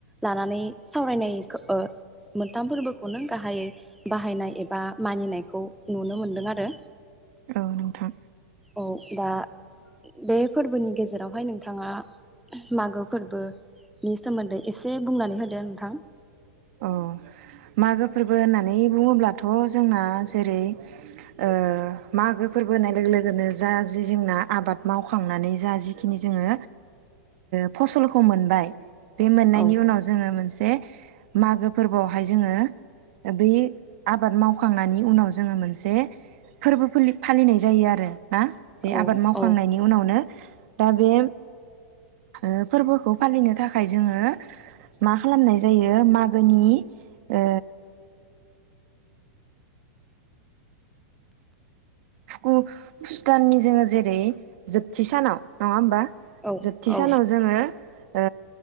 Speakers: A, in the centre; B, on the right.
A: लानानै सावरायनाय खो ओ मोनथाम फोरबोखौनो गाहायै बाहायनाय एबा मानिनायखौ नुनो मोनदों आरो।
B: औ नोंथां।
A: औ दा बे फोरबोनि गेजेराव जेरावहाय नोंथाङा मागो फोरबोनि सोमोन्दै एसे बुंनानै होदो नोंथां।
B: अ मागो फोरबो होननानै बुङोब्लाथ' जोंना जेरै ओ मागो फोरबो होननाय लोगो लोगो जा जि जोंना आबाद मावखांनानै जा जि जोंना जेखिनि जोङो ओ। फसलखौ मोनबाय बे मोननायनि
A: औ
B: उनाव जोङो मोनसे। मागो फोरबोआवहाय जोङो बै आबाद मावखांनायनि उनाव जोङो मोनसे फोरबो फ फालिनाय जायो आरो। ना बे
A: औ
B: आबाद मावखांनायनि
A: औ
B: उनावनो दा बे ओ फोरबोखौ फालिनो थाखाय जोङो मा खालामनाय जायो मार आंगोनि ओ फुुकु फुस दाननि जोङो जेरै जोबथि सानाव नङा होमबा
A: औ
B: जोबथि
A: औ
B: सानाव जोङो ओ